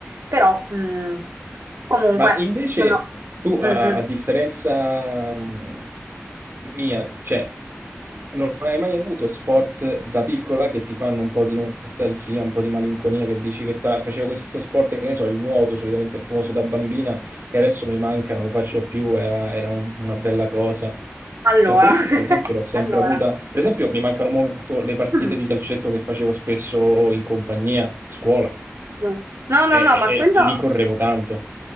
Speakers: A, on the right (about 85°); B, on the right (about 55°).
A: Però mm, comunque
B: Ma invece
A: sono...
B: tu, a,
A: Mm, mm.
B: a differenza mh, mia, cioè, non hai mai avuto sport da piccola che ti fanno un po' di nostalgia, un po' di malinconia, che dici questa, facevo questo sport, che ne so, il nuoto, solitamente famoso da bambina, e adesso mi manca, non lo faccio più, era, era un- una bella cosa.
A: Allora,
B: Perché io,
A: <laughs>
B: per esempio, l'ho sempre
A: allora.
B: avuta. Per esempio, mi mancano molto le partite
A: <clears throat>
B: di calcetto che facevo spesso in compagnia, a scuola,
A: Mm. No, no,
B: e,
A: no, ma
B: e-
A: quello...
B: e lì correvo tanto.